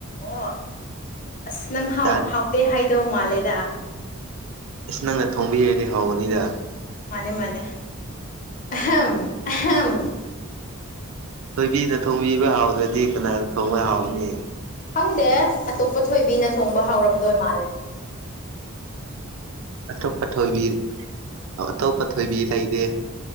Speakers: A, on the left; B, on the right.
A: ꯑꯣ ꯑꯁ ꯅꯪ ꯍꯥꯎ
B: ꯑꯁ
A: ꯍꯥꯎꯇꯦ ꯍꯥꯏꯗꯧ ꯃꯥꯜꯂꯦꯗ
B: ꯑꯁ ꯅꯪꯅ ꯊꯣꯡꯕꯤꯔꯗꯤ ꯍꯥꯎꯒꯅꯤꯗ
A: ꯃꯥꯅꯦ ꯃꯥꯅꯦ ꯑꯍꯝ ꯑꯍꯝ
B: ꯊꯣꯏꯕꯤꯅ ꯊꯣꯡꯕꯤꯕ ꯍꯥꯎꯗ꯭ꯔꯗꯤ ꯀꯅꯥꯅ ꯊꯣꯡꯕ ꯍꯥꯎꯅꯤ
A: ꯈꯪꯗꯦ ꯑꯇꯣꯞꯄ ꯊꯣꯏꯕꯤꯅ ꯊꯣꯡꯕ ꯍꯥꯎꯔꯝꯗꯣꯏ ꯃꯥꯜꯂꯦ
B: ꯑꯇꯣꯞꯄ ꯊꯣꯏꯕꯤ ꯑꯥ ꯑꯇꯣꯞꯄ ꯊꯣꯏꯕꯤ ꯂꯩꯗꯦ